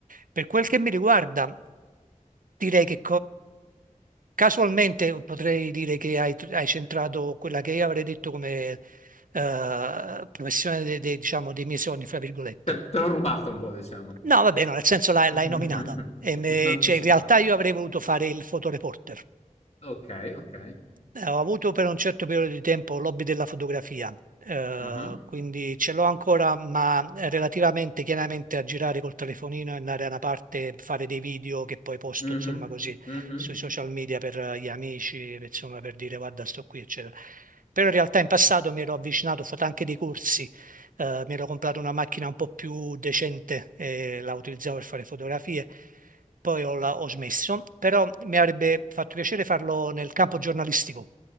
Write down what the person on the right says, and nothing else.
Per quel che mi riguarda, direi che, Casualmente potrei dire che hai, hai centrato quella che io avrei detto come eh, professione de- de- diciamo, dei miei sogni, fra virgolette.
No, va bene, nel senso l'hai
l'hai nominata. E me-
cioè, in realtà io avrei voluto fare il fotoreporter.
Eh, ho avuto per un certo periodo di tempo l'hobby della fotografia, eh,
quindi ce l'ho ancora, ma relativamente chiaramente a girare col telefonino e andare da una parte, fare dei video che poi posto,
insomma, così
sui social media per eh, gli amici, per- insomma, per dire guarda, sto qui, eccetera. Però in realtà in passato mi ero avvicinato, ho fatto anche dei corsi, eh, mi ero comprato una macchina un po' più decente e la utilizzavo per fare fotografie poi ho, la- ho smesso, però mi avrebbe fatto piacere farlo nel campo giornalistico.